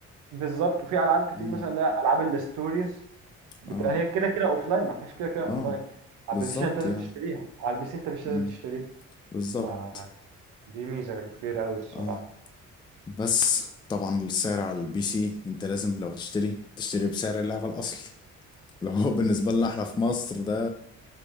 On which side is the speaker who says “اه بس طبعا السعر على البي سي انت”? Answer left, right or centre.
Left